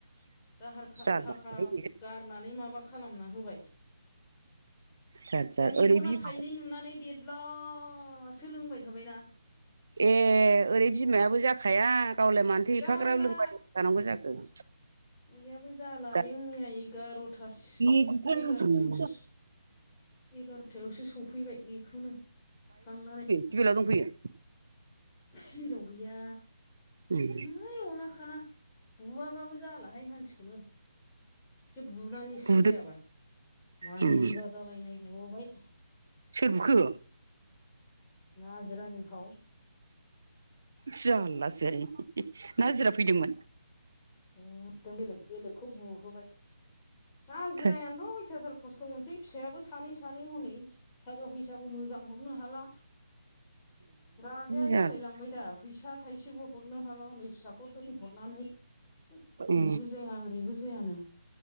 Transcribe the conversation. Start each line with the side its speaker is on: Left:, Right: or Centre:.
Left: दाहार
Right: जारलाहाय
Left: थाखा
Right: बेजों
Left: गारनानै माबा खालामना होबाय
Right: जाद जाद
Left: दा मेगना
Right: ओरै बिमा
Left: थाइनै नुनानै देरला सोलोंबाय थाबायना
Right: ए ओरै बिमायाबो जाखाया गावलाय मानोथो
Left: जाला
Right: एफाग्रा लोंबाय थानांगौ जाखो।
Left: याबो जालाायो
Right: दा
Left: मैया एगार'थासोसो
Right: उम
Left: एगार'थायावसो
Right: उम
Left: एगार'थायावसो सफैबाय बेखौनो थांनानै
Right: टिबिलाव दंफैयो
Left: सिबिलाव गैया
Right: उम
Left: हैइ अना खाना बुआाबाबो जालाहाय मानसिखौनो एसे बुनानै
Right: बुदों
Left: थिग गैयाबा मानजाजालायनाय
Right: उम
Left: गबाय
Right: सोर बुखो।
Left: ना जिरानि फाव
Right: जारलासै न जिरा फैदोंमोन।
Left: एखदम बेलेग बेलेगखौ बुहोबाय हाजिरायानोथ'
Right: ए
Left: अयथासारखौ खस्थ' मोनसै फिसायाबो सानै सानै हनै थाखा फैसाबो मोजां हरनो हाला रागाया
Right: जाला
Left: जालाय लांबाय दा फैसा थाइसेबो हरनो हाला हनै फिसाखौ दोनहरनानै
Right: उ
Left: ओरैबो जाया ओरैबो जायानो